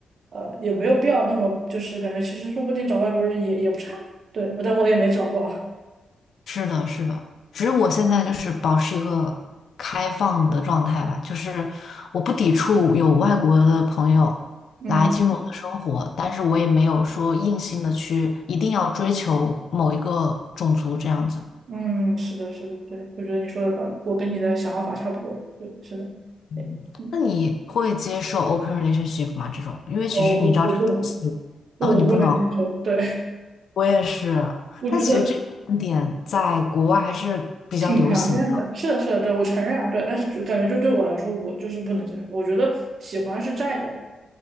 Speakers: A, on the right; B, on the left.
A: 呃，也没有必要那么就是感觉其实说不定找外国人也也不差，对，但我也没找过，<laughs>
B: 是的，是的，只是我现在就是保持一个开放的状态吧，就是我不抵触有外国的朋友
A: 嗯。
B: 来进入我的生活，但是我也没有说硬性的去一定要追求某一个种族这样子。
A: 嗯，是的，是的，对，我觉得你说的道理，我跟你的想法差不多。对，是的，
B: 嗯那你会接受
A: 对，嗯，
B: open relationship 吗？这种，因为其实你知道这个东西，
A: 哦，我我不能，不，
B: 哦，你不能，
A: 我不能接受。对，
B: 我也是，
A: <laughs> 我觉得
B: 但其实这个观点在国外还是比较流行的。
A: 挺常见的。是的，是的，对，我承认啊，对，但是就感觉就对我来说，我就是不能接受。我觉得喜欢是占有，